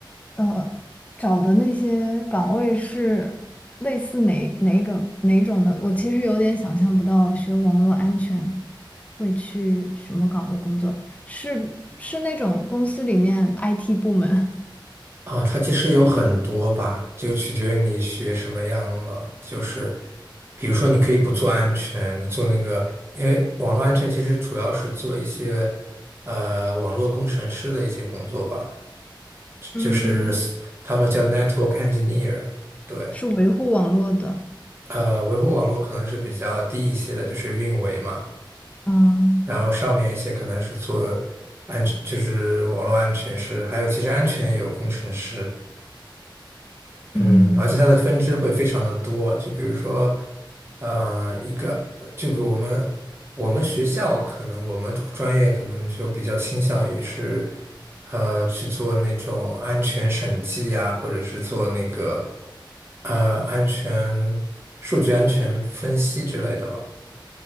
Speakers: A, on the left; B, on the right.
A: 呃，找的那些岗位是类似哪哪种哪种的？我其实有点想象不到，学网络安全会去什么岗位工作？是是那种公司里面 IT 部门，
B: 啊，它其实有很多吧，就取决于你学什么样了。就是，比如说，你可以不做安全，你做那个，因为网络安全其实主要是做一些呃网络工程师的一些工作吧，
A: <laughs> 嗯，
B: 就是他们叫 network engineer。对，
A: 是维护网络的。
B: 呃，维护网络可能是比较低一些的，就是运维嘛。
A: 嗯
B: 然后上面一些可能是做安全，就是网络安全师，还有其实安全也有工程师。嗯，
A: 嗯，
B: 而且它的分支会非常的多，就比如说，呃，一个，就比如我们我们学校可能我们专专业可能就比较倾向于是，呃，去做那种安全审计呀，或者是做那个，呃，安全数据安全分析之类的吧。